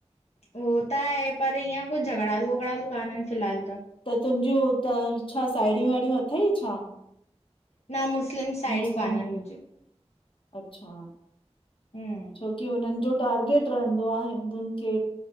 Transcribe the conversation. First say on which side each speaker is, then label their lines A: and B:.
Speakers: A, on the left; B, on the left.
A: उहो त आहे, पर, इअं कुछ झगड़ालू वगड़ालू कानन, फिलहाल त।
B: त, तुंजयूं त छा साहेड़यूं वाहेड़यूं अथई छा?
A: न मुस्लिम साहिड़यूं
B: मुस्लिम?
A: काननि मुंजूं,
B: अच्छा
A: हूं
B: छोकी, उनन जो टार्गेट रहंदो आ, हिंदुन खे,